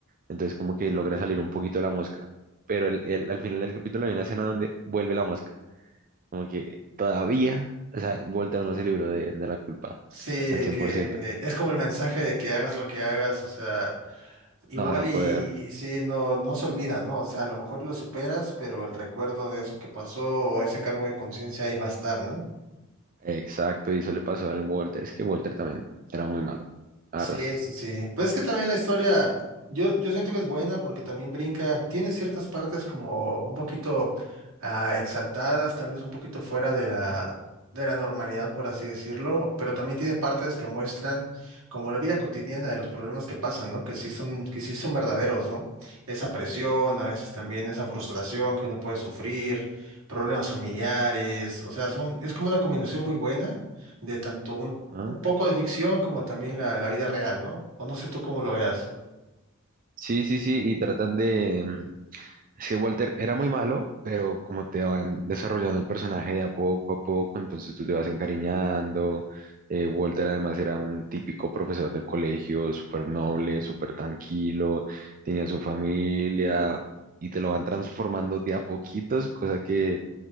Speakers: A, on the right; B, on the right.
A: Entonces como que logra salir un poquito de la mosca. Pero el- el- al final del capítulo hay una escena donde vuelve la mosca como que todavía, o sea, Voltaire no se libró de, de la culpa
B: Sí, de
A: al cien
B: que
A: por ciento
B: es como el mensaje de que hagas lo que hagas, o sea, igual
A: No vas a
B: y
A: poder.
B: sí, no, no se olvida, ¿no? O sea, a lo mejor lo superas, pero el recuerdo de eso que pasó o ese cargo de conciencia ahí va a estar, ¿no?
A: Exacto, y eso le pasó al Walter. Es que Walter también era muy malo, la
B: Sí,
A: verdad.
B: sí, sí. Pues es que también la historia, yo, yo siento que es buena porque también brinca, tiene ciertas partes como un poquito ah, exaltadas, tal vez un poquito fuera de la, de la normalidad, por así decirlo, pero también tiene partes que muestran como la vida cotidiana de los problemas que pasan, ¿no? Que sí son, que sí son verdaderos, ¿no? Esa presión, a veces también esa frustración que uno puede sufrir, problemas familiares, o sea, son, es como una combinación muy buena de tanto un
A: Ajá.
B: un poco de ficción, como también la, la vida real, ¿no? O no sé tú cómo lo veas.
A: Sí, sí, sí, y tratan de, Sí, Walter era muy malo, pero como te van desarrollando el personaje de a poco a poco, entonces tú te vas encariñando. Eh, Walter además era un típico profesor de colegio, súper noble, súper tranquilo, tenía su familia y te lo van transformando de a poquitos, cosa que,